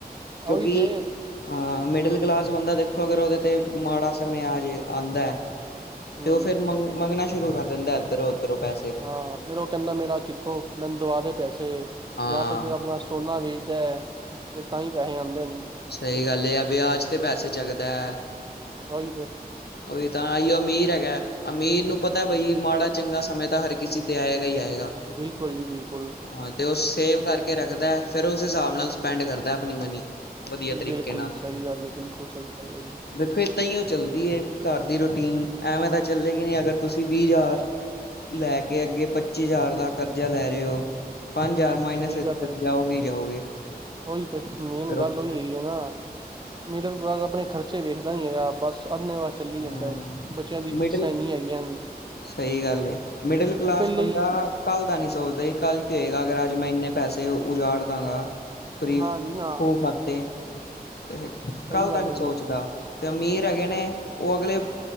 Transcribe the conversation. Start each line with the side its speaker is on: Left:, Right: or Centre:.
Left: ਕਿਉਂਕਿ
Right: ਉਹੀ ਤੇ
Left: ਹਾਂ ਮਿਡਲ ਕਲਾਸ ਬੰਦਾ ਦੇਖੋ, ਅਗਰ ਉਹਦੇ ਤੇ ਮਾੜਾ ਸਮੇ ਆਜੇ ਆਉਂਦਾ ਹੈ
Right: ਹਮ
Left: ਤੇ ਉਹ ਫੇਿਰ ਮੰਗ ਮੰਗਣਾ ਸ਼ੁਰੂ ਕਰ ਦਿੰਦਾ, ਇੱਧਰੋਂ ਉੱਧਰੋਂ ਪੈਸੇ
Right: ਹਾਂ ਫੇਰ ਉਹ ਕਹਿੰਦਾ ਮੇਰਾ ਕਿੱਥੋਂ, ਮੈਨੂੰ ਦਵਾ ਦੇ ਪੈਸੇ
Left: ਹਾਂ
Right: ਜਾਂ ਤੇ ਫੇਿਰ ਆਪਣਾ ਸੋਨਾ ਵੇਚਦਾ ਫਿਰ, ਤਾਂ ਹੀ ਪੈਸੇ ਆਉਂਦੇ ਨੇ
Left: ਸਹੀ ਗੱਲ ਹੈ, ਆ ਵਿਆਜ ਤੇ ਪੈਸੇ ਚੱਕਦਾ ਹੈ।
Right: ੳਹੀ ਤੇ
Left: ਉਹੀ ਤਾਂ, ਆਈਓ ਅਮੀਰ ਹੈਗਾ, ਅਮੀਰ ਨੂੰ ਪਤਾ
Right: ਹਮ
Left: ਬਈ ਮਾੜਾ ਚੰਗਾ ਸਮੇਂ ਤਾਂ ਹਰ ਕਿਸੇ ਤੇ ਆਏਗਾ ਹੀ ਆਏਗਾ।
Right: ਬਿਲਕੁਲ ਜੀ ਬਿਲਕੁਲ।
Left: ਹਾਂ ਤੇ ਉਹ ਸੇਵ ਕਰਕੇ ਰੱਖਦਾ, ਫੇਿਰ ਉਸ ਹਿਸਾਬ ਨਾਲ ਸਪੈਂਡ ਕਰਦਾ ਆਪਣੀ ਮਨੀ ਵਧੀਆ ਤਰੀਕੇ
Right: ਬਿਲਕੁਲ
Left: ਨਾਲ
Right: ਸਹੀ ਗੱਲ ਹੈ, ਬਿਲਕੁਲ ਸਹੀ ਗੱਲ ਹੈ ਜੀ।
Left: ਦੇਖੋ ਦਾਂ ਹੀ ਉਹ ਚੱਲਦੀ ਘਰ ਦੀ ਰੂਟੀਨ, ਐਵੇਂ ਤਾਂ ਚੱਲੇਗੀ ਨਹੀਂੀ ਅਗਰ ਤੁਸੀਂ ਵੀਹ ਹਜ਼ਾਰ ਲੈ ਕੇ ਅੱਗੇ ਪੱਚੀ ਹਜ਼ਾਰ ਦਾ ਕਰਜ਼ਾ ਲੈ ਰਹੇ ਹੋ, ਪੰਜ ਹਜ਼ਾਰ ਮਾਈਨਸ
Right: ਸਹੀ ਗੱਲ ਹੈ,
Left: ਜਾਓਗੇ ਹੀ ਜਾਓਗੇ
Right: ਉਹੀ ਤੇ, ਮੇਨ
Left: ਫਿਰ
Right: ਗੱਲ ਉਹੀ ਹੈਗੀ ਹੈ ਨਾ ਮਿਡਲ ਕਲਾਸ ਆਪਣੇ ਖਰਚੇ ਵੇਖਦਾ ਨੀ ਹੈਗਾ, ਬਸ ਅੰਨੇ ਵ ਵਾਹ ਚੱਲੀ
Left: ਉਹ
Right: ਜਾਂਦਾ ਹੈ ਏ, ਬੱਚਿਆਂ ਦੀ
Left: ਮਿਡਲ
Right: ਫੀਸਾਂ ਇੰਨਨੀ ਹੈਗੀਆਂ ਹਨ।
Left: ਸਹੀ ਗੱਲ ਐ, ਮਿਡਲ ਕਲਾਸ
Right: ਉਹ ਪਹਿਲੇ
Left: ਬੰਦਾ
Right: ਹੀ
Left: ਕੱਲ ਦਾ ਨੀ ਸੋਚਦਾ ਸੀ ਕੱਲ੍ਹ ਕੀ ਹੋਏਗਾ, ਅਗਰ ਅੱਜ ਮੈਂ ਇੰਨੇ ਪੈਸੇ ਉਜਾੜ ਦਾਂਗਾ ਫਰੀ
Right: ਨਾ ਜੀ ਨਾ
Left: ਖੂਹ ਖਾਤੇ, ਤੇ
Right: ਸਹੀ
Left: ਕੱਲ
Right: ਗੱਲ
Left: ਦਾ ਨੀ
Right: ਹੈ ਜੀ
Left: ਸੋਚਦਾ
Right: ਬਿਲਕੁਲ
Left: ਤੇ ਅਮੀਰ ਹੈਗੇ ਨੇ, ਉਹ ਅਗਲੇ